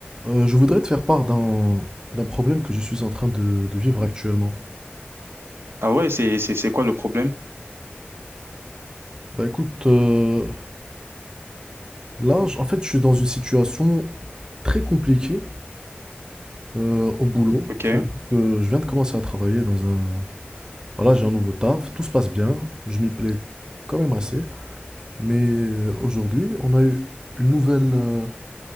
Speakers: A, on the right; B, on the right.
A: Euh, je voudrais te faire part d'un d'un problème que je suis en train de, de vivre actuellement.
B: Ah ouais, c'est, c'est, c'est quoi le problème?
A: Bah écoute, euh, là, j- en fait, je suis dans une situation très compliquée euh, au boulot.
B: Ok.
A: Euh, je viens de commencer à travailler dans un... Voilà, j'ai un nouveau taf, tout se passe bien, je m'y plais quand même assez. Mais euh, aujourd'hui, on a eu une nouvelle, euh,